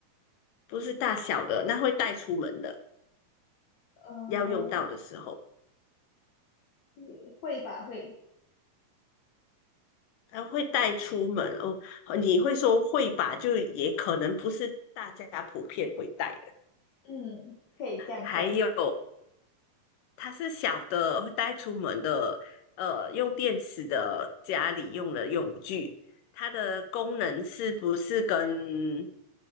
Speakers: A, on the left (about 80°); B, on the left (about 60°).
A: 不是大小的，那会带出门的，
B: 呃，
A: 要用到的时候。
B: 嗯会吧会，
A: 啊，会带出门哦。你会说会吧，就也可能不是大家普遍会带的。
B: 嗯，可以这样讲。
A: 还有，它是小的会带出门的，呃，用电池的家里用的用具，它的功能是不是跟